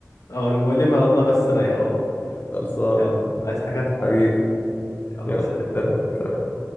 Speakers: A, on the left (about 80°); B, on the left (about 35°).
A: اه المؤلمة والله بس رايقة والله
B: خلصان
A: يلا عايز حاجة
B: حبيبي
A: يلا
B: يلا
A: سلام
B: سلام